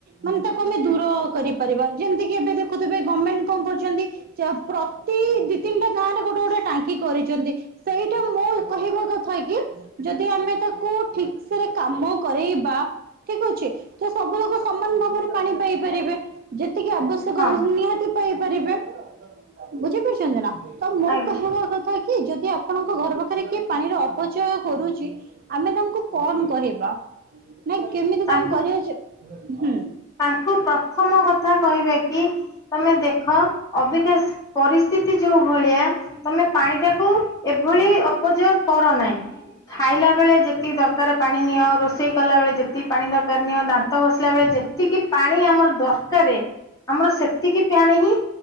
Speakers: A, on the right; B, on the left.
A: ମାନେ ତାକୁ ଆମେ ଦୂର କରିପାରିବା ଯେମିତି କିି ଏବେ ଦେଖୁଥିବେ ଗମେଣ୍ଟ କଣ କରୁଚନ୍ତି <inaudible> ପ୍ରତି ଦି ତିନିଟା ଗାଁରେ ଗୋଟେ ଗୋଟେ ଟାଙ୍କି କରିଚନ୍ତି ସେଇଟା ମୋ କହିବା କଥା କି ଯଦି ଆମେ ତାକୁ ଠିକ ସେରେ କାମ କରେଇବା ଠିକ ଅଛି ତ ସବୁ ଲୋକ ସମାନ ଭାବରେ ପାଣି ପାଇପାରିବେ ଯେତିକି ଆବଶ୍ୟକ
B: ହଁ
A: ନିହାତି ପାଇପାରିବେ ବୁଝିପାରୁଚନ୍ତି ନା ତ ମୋ
B: ଆଜ୍ଞା
A: କହିବା କଥା କି ଯଦି ଆପଣଙ୍କ ଘର ପାଖରେ କିଏ ପାଣିର ଅପଚୟ କରୁଚି ଆମେ ତାଙ୍କୁ କଣ କହିବା ନାଇଁ କେମିତି କଣ
B: ତାଙ୍କୁ
A: କରିବା ଯେ ହୁଁ।
B: ତାଙ୍କୁ ପ୍ରଥମ କଥା କହିବା କି ତମେ ଦେଖ ଅବିକାଶ ପରିସ୍ଥିତି ଯୋଉ ଭଳିଆ ତମେ ପାଣି ଟାକୁ ଏଭଳି ଅପଚୟ କର ନାହିଁ। ଖାଇଲା ବେଳେ ଯେତିକି ଦର କାର ପାଣି ନିଅ ରୋଷେଇ କଲା ବେଳେ ଯେତିକି ପାଣି ଦରକାର ନିଅ ଦାନ୍ତ ଘଷିଲା ବେଳେ ଯେତିକି ପାଣି ଆମର ଦର କାରେ ଆମର ସେତିକି ପାଣି ହିଁ